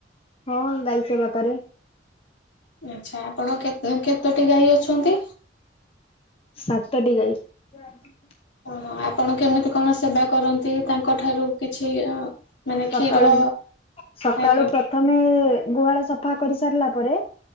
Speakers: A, on the left; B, on the left.
A: ହଁ ଗାଈ ସେବା କରେ।
B: ଆଛା ଆପଣ କେତେ କେତୋଟି ଗାଈ ଅଛନ୍ତି?
A: ସାତଟି ଗାଈ ହଁ। <unintelligible>
B: ଓହୋ ଆପଣ କେମିତି କଣ ସେବା କରନ୍ତି ତାଙ୍କ ତାଙ୍କ ଠାରୁ କିଛି ଅ ମାନେ
A: ସକାଳୁ
B: କ୍ଷୀର
A: ସକାଳୁ
B: ଆଜ୍ଞା
A: ପ୍ରଥମେ ଗୁହାଳ ସଫା କରି ସାରିଲା ପରେ